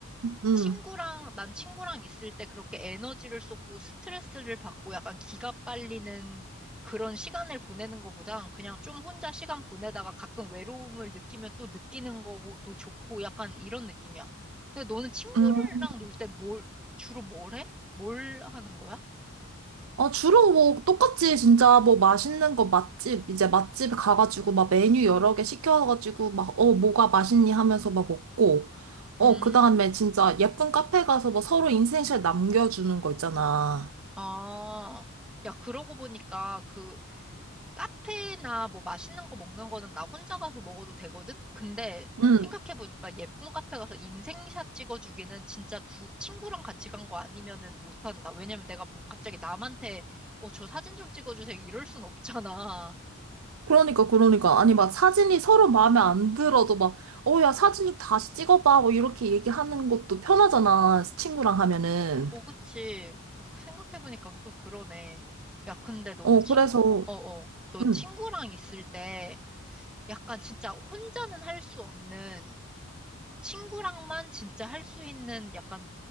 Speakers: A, on the right (about 70°); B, in the centre.
A: 음,
B: 친구랑, 난 친구랑 있을 때 그렇게 에너지를 쏟고 스트레스를 받고 약간 기가 빨리는 그런 시간을 보내는 것보단 그냥 좀 혼자 시간 보내다가 가끔 외로움을 느끼면 또 느끼는 거고 또 좋고 약간 이런 느낌이야. 근데 너는 친구랑
A: 음.
B: 놀 때 뭘, 주로 뭘 해? 뭘 하는 거야?
A: 아 주로 뭐, 똑같지, 진짜. 뭐, 맛있는 거 맛집, 이제 맛집 가가지고, 막 메뉴 여러 개 시켜가지고, 막, 어, 뭐가 맛있니 하면서 막 먹고, 어,
B: 음,
A: 그 다음에 진짜 예쁜 카페 가서 뭐 서로 인생샷 남겨주는 거 있잖아.
B: 아, 야, 그러고 보니까 그 카페나 뭐 맛있는 거 먹는 거는 나 혼자 가서 먹어도 되거든? 근데
A: 응,
B: 생각해보니까 예쁜 카페 가서 인생샷 찍어주기는 진짜 두, 친구랑 같이 간 거 아니면은 못한다. 왜냐면 내가 뭐 갑자기 남한테, 어, 저 사진 좀 찍어주세요. 이럴 순 없잖아.
A: 그러니까, 그러니까. 아니, 막 사진이 서로 마음에 안 들어도 막, 어, 야, 사진 좀 다시 찍어봐. 뭐 이렇게 얘기하는 것도 편하잖아. 친구랑 하면은.
B: 어, 그치. 어, 그 생각해보니까 또 그러네. 야, 근데 너는
A: 어,
B: 친,
A: 그래서,
B: 어, 어. 넌
A: 응.
B: 친구랑 있을 때 약간 진짜 혼자는 할 수 없는 친구랑만 진짜 할 수 있는 약간